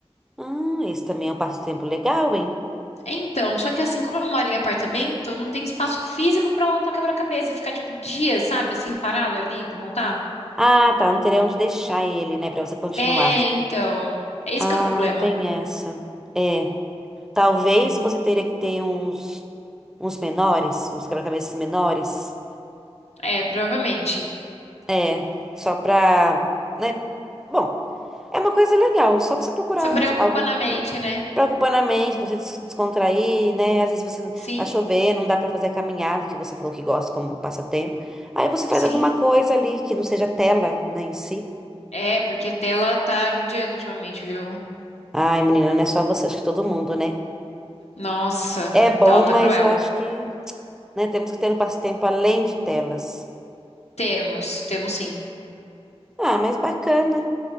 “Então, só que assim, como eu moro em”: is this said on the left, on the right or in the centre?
Left